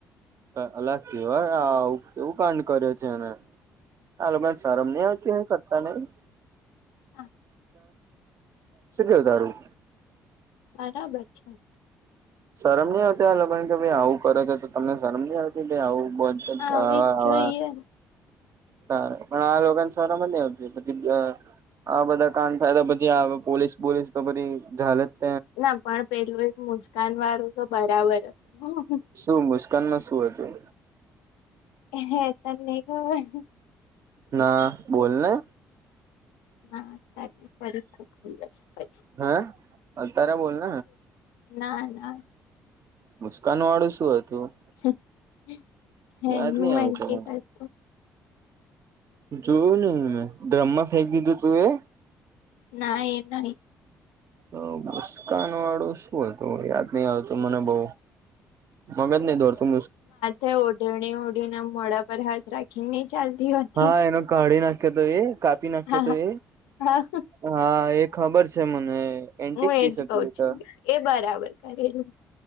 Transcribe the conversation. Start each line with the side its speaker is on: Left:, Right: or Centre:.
Right: અ અલા કેવા આ આવુ કેવું કાંડ કર્યો છે એને આ લોકોને શરમ નઈ આવતી હોય. કરતા નહી.
Left: હા.
Right: શું કેવું તારું?
Left: બરાબર છે.
Right: શરમ નહી આવતી આ લોકોને કે ભાઈ આવું કરે છે તો તમને શરમ નહી આવતી ભાઈ
Left: આવી
Right: આવું.
Left: જ જોઈએ.
Right: <unintelligible> સારુ પણ આ લોને સરમજ નઈ આવતી પછી અ આ બધા કાંડ થાય તો પછી આવે પોલીસ બોલીસ તો બધી જાલે જ.
Left: ના પણ પેલું એક મુસ્કાન વાળું તો બરાબર હતું.
Right: શું મુસ્કાનમાં શું હતું?
Left: હે તને નઈ ખબર.
Right: ના, બોલને!
Left: ના, ફરી કોઈ દિવસ કહીશ.
Right: હા... તારે બોલ!
Left: ના ના.
Right: મુસ્કાાન વાળું શું હતું?
Left: હે હ એન્ટ
Right: યાદ નહી આવતું
Left: <inaudible>
Right: જોયું ને મેં ડ્રમમાં ફેંકી દીધું તું એ?
Left: ના એ નહીં.
Right: તો મુસ્કાન વાળું શું હતું? યાદ નહી આવતું મને બઉ. મગજ નહીં દોડતું.
Left: તે ઓઢણી ઓઢી ને મોઢા પર હાથ રાખીને. ચાલતી હતી.
Right: હા એનો કાઢી નાખ્યો તો એ કાપી નાખ્યો
Left: હા
Right: તો
Left: હ
Right: એ
Left: હા હા....
Right: હા એ ખબર છે મને એન્ટિક
Left: હું એજ
Right: પીસ હતું
Left: કઉ
Right: એ
Left: છું
Right: તો...
Left: એ બરાબર કરેલું